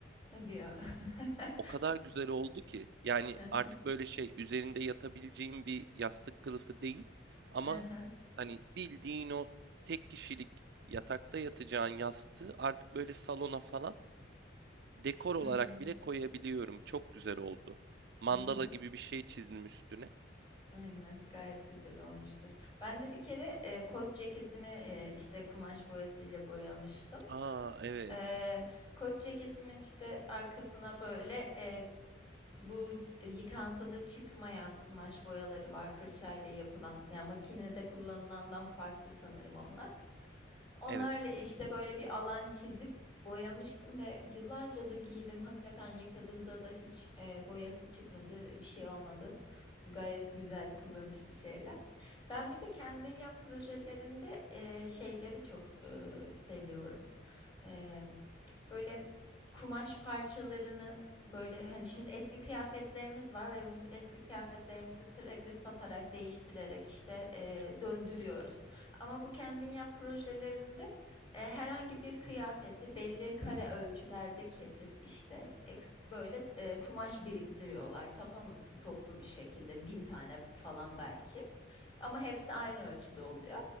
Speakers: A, on the left (about 25°); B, on the right (about 55°).
A: Hadi ya. <laughs>
B: O kadar güzel oldu ki yani
A: Aha
B: artık böyle şey üzerinde yatabileceğim bir yastık kılıfı değil ama
A: aha
B: hani bildiğin o tek kişilik yatakta yatacağın yastığı artık böyle salona falan dekor
A: Hı
B: olarak
A: hı.
B: bile koyabiliyorum. Çok güzel oldu. Mandala
A: Hı hı.
B: gibi bir şey çizdim üstüne.
A: Aynen gayet güzel olmuştur. Ben de bir kere e, kot ceketimi e, işte kumaş boyasıyla boyamıştım.
B: Aa evet.
A: E, kot ceketimin işte arkasına böyle e, Bu e, yıkansa da çıkmayan kumaş boyaları var fırçayla yapılan. Yani makinede kullanılandan farklı sanırım onlar. Onlarla
B: Evet.
A: e, işte böyle bir alan çizip boyamıştım ve yıllarca da giydim. Hakikaten yıkadığımda da hiç e, boyası çıkmadı, bir şey olmadı. Gayet güzel kullanışlı şeyler. Ben bir de kendin yap projelerinde e, şeyleri çok e, seviyorum. E, böyle kumaş parçalarını böyle hani şimdi
B: Hı,
A: eski kıyafetlerimiz var ve biz eski kıyafetlerimizi sürekli satarak, değiştirerek işte e,
B: evet
A: döndürüyoruz. Ama bu kendin yap projelerinde e, herhangi bir kıyafeti belli kare ölçülerde kesip işte eks- böyle e, kumaş biriktiriyorlar tamam mı? Stoklu bir şekilde bin tane falan belki. Ama hepsi aynı ölçüde oluyor.